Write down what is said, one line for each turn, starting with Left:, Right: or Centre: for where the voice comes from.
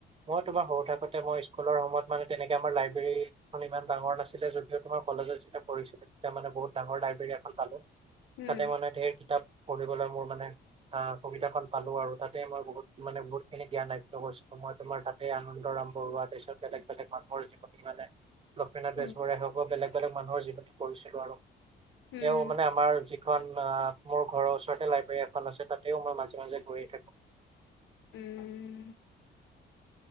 Right: মই তোমাৰ সৰু থাকোঁতে মই স্কুলৰ সময়ত মানে তেনেকৈ আমাৰ লাইব্ৰেৰী মানে ইমান ডাঙৰ নাছিলে যদিও তোমাৰ কলেজত যেতিয়া পঢ়িছিলোঁ। এতিয়া মানে বহুত ডাঙৰ লাইব্ৰেৰী এখন পালে
Left: উম
Right: তাতে মানে ধেৰ কিতাপ পঢ়িবলৈ মোৰ মানে আহ সুবিধাখন পালো আৰু তাতেই মই বহুত মানে বহুত খিনি জ্ঞান আ <unintelligible> মই তোমাৰ তাতে আনন্দৰাম বৰুৱা তাৰ পিছত বেলেগ বেলেগ মানুহৰ জীৱনী মানে লক্ষ্মীনাথ
Left: উম
Right: বেজবৰুৱাই হক বেলেগ বেলেগ মানুহৰ জীৱনী পঢ়িছিলোঁ আৰু
Left: উম
Right: তেওঁ মানে আমাৰ যি এখন আহ মোৰ ঘৰৰ ওচৰতে লাইব্ৰেৰী এখন আছে তাতেও মই মাজে মাজে গৈএ থাকোঁ।
Left: উম।